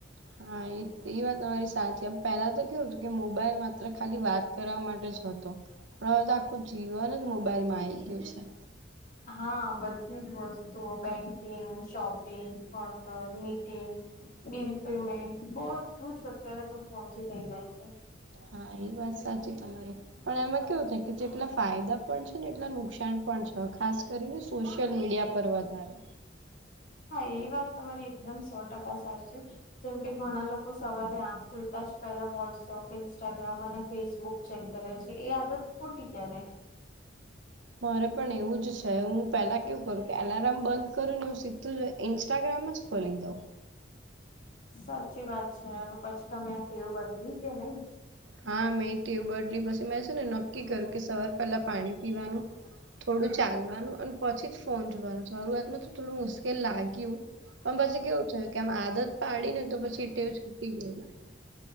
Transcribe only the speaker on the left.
હા બધી જ વસ્તુઓ બેંકિંગ શોપિંગ કોન્ટ મીટિંગ બિલ પેમેન્ટ બધું જ અત્યારે તો ફોનથી થઇ જાય છે
હા એ વાત તમારી એકદમ સો ટકા સાચી છે જેમ કે ઘણા લોકો સવારે આખ ખુલતા જ પેલા વોટ્સઅપ ઇન્સ્ટાગ્રામ અને ફેસબુક ચેક કર્યો છે એ આદત ખોટી કહેવાય
સાચી વાત છે પછી તમે આ ટેવ બદલી કે નહી